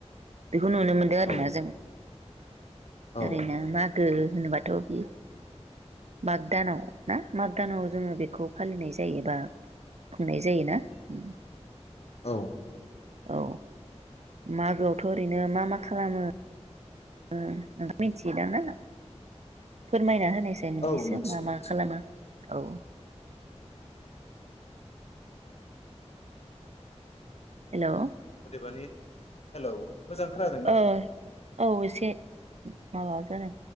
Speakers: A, on the right; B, on the left.
A: बेखौ नुनो मोनदों आरोना
B: औ
A: जों
B: औ
A: ओरैनो मागो होनोबा थ बे माग दानाव ना माग दानाव जोंङो बेखौ फालिनाय जायो। बाह खुंनाय जायोना उम।
B: औ
A: औ मागोआवथ' ओरैनो मा मा खालामो ओ नोंथाङा मिथियोदां ना? फोरमायना हो नायसाय मोननैसो
B: औ मिथियो
A: मा मा
B: मिथियो
A: खालामो औ। हेलौ
B: अदेबानि हेलौ। मोजां खोनादों ना?
A: ओ औ एसे माबा जादों